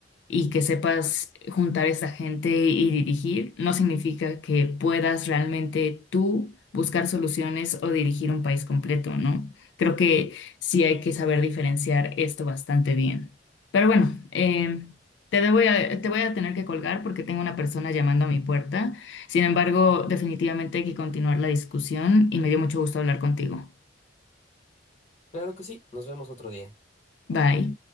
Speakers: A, on the left; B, on the left.
A: y que sepas juntar a esta gente y dirigir, no significa que puedas realmente tú buscar soluciones o dirigir un país completo, ¿no? Creo que sí hay que saber diferenciar esto bastante bien. Pero bueno, eh, te debo- eh, te voy a tener que colgar porque tengo una persona llamando a mi puerta. Sin embargo, definitivamente hay que continuar la discusión y me dio mucho gusto hablar contigo.
B: Claro que sí, nos vemos otro día.
A: Bye.